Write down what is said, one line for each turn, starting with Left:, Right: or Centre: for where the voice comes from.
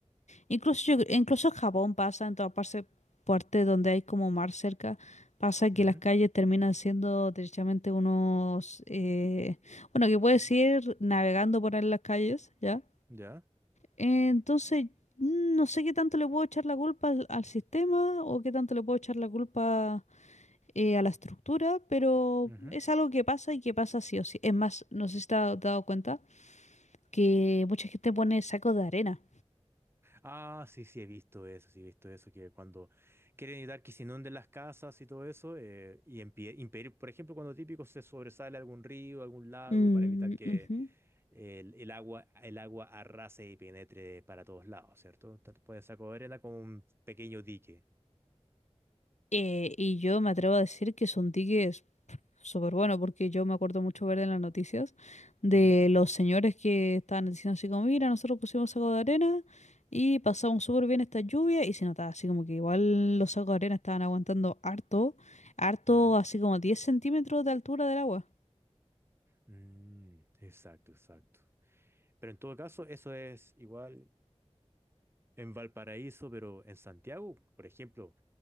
Left: Incluso yo, incluso en Japón pasa, en toda parte, parte donde hay como mar cerca, pasa que
Right: Ujú,
Left: las calles terminan siendo derechamente unos, eh, bueno, que puedes ir navegando por ahí en las calles, ¿ya?
Right: Ya.
Left: Entonces, mm, no sé qué tanto le puedo echar la culpa al, al sistema o qué tanto le puedo echar la culpa eh, a la estructura, pero
Right: ujú.
Left: es algo que pasa y que pasa sí o sí. Es más, no sé si te has dado cuenta que mucha gente pone sacos de arena.
Right: Ah, sí, sí, he visto eso, sí, he visto eso, que cuando quieren evitar que se inunden las casas y todo eso, eh, y empie- impedir, por ejemplo, cuando típico se sobresale algún río, algún lago,
Left: Mm,
Right: para evitar que
Left: ujú.
Right: el, el agua, el agua arrase y penetre para todos lados, ¿cierto? Puede sacar arena como un pequeño dique.
Left: Eh, y yo me atrevo a decir que son tickets súper buenos, porque yo me acuerdo mucho ver en las noticias de
Right: Ujú,
Left: los señores que estaban diciendo así como, mira, nosotros pusimos saco de arena y pasamos súper bien esta lluvia y se notaba así como que igual los sacos de arena estaban aguantando harto, harto
Right: Ya.
Left: así como 10 centímetros de altura del agua.
Right: Mm, exacto, exacto. Pero en todo caso, eso es igual en Valparaíso, pero en Santiago, por ejemplo,